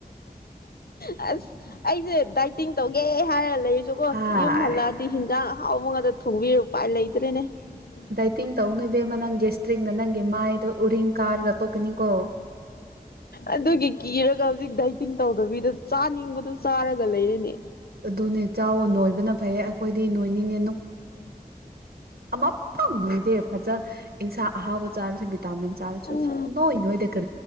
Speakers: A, on the left; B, on the right.
A: ꯑꯁ ꯑꯩꯁꯦ ꯗꯥꯏꯠ ꯇꯧꯒꯦ ꯍꯥꯏꯔ ꯂꯩꯔꯁꯨꯀꯣ
B: ꯍꯥꯏ
A: ꯌꯨꯝ ꯍꯜꯂꯛꯑꯗꯤ ꯍꯤꯟꯖꯥꯡ ꯑꯍꯥꯎꯕ ꯉꯥꯛꯇ ꯊꯣꯡꯕꯤꯔ ꯎꯄꯥꯏ ꯂꯩꯇ꯭ꯔꯦꯅꯦ ꯍ <unintelligible>
B: ꯗꯥꯏꯇꯤꯡ ꯇꯧꯅꯣ ꯏꯕꯦꯝꯃꯥ ꯅꯪ ꯒꯦꯁꯇ꯭ꯔꯤꯛꯅ ꯅꯪꯒꯤ ꯃꯥꯏꯗꯣ ꯎꯔꯤꯡ ꯀꯥꯔꯒ ꯇꯣꯛꯀꯅꯤꯀꯣ
A: ꯑꯗꯨꯒꯤ ꯀꯤꯔꯒ ꯍꯧꯖꯤꯛ ꯗꯥꯏꯇꯤꯡ ꯇꯧꯗꯕꯤꯗ ꯆꯥꯅꯤꯡꯕꯗꯨ ꯆꯥꯔꯒ ꯂꯩꯔꯅꯦ
B: ꯑꯗꯨꯅꯦ ꯆꯥꯎꯑꯣ ꯅꯣꯏꯕꯅ ꯐꯩꯌꯦ ꯑꯩꯈꯣꯏꯗꯤ ꯅꯣꯏꯅꯤꯡꯉꯦ ꯑꯃ ꯐꯪꯘꯦꯏꯅꯦ ꯐꯖꯅ ꯏꯟꯁꯥꯡ ꯑꯍꯥꯎꯕ ꯆꯥꯔꯁꯨ ꯚꯤꯇꯥꯃꯤꯟ ꯆꯥꯔꯁꯨ
A: ꯑꯌꯥ
B: ꯁꯨꯛ ꯅꯣꯏ ꯅꯣꯏꯗꯦ ꯀ